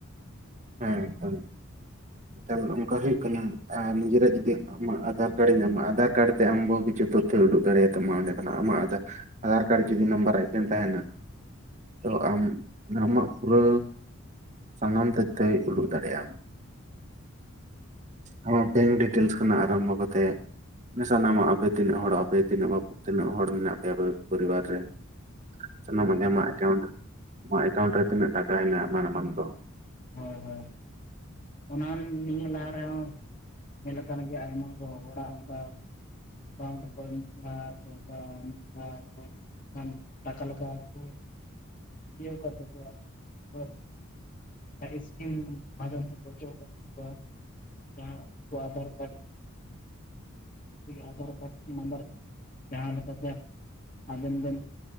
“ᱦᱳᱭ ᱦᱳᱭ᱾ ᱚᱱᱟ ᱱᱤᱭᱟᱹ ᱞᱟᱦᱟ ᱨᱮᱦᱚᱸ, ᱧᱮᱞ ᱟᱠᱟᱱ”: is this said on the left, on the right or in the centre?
Left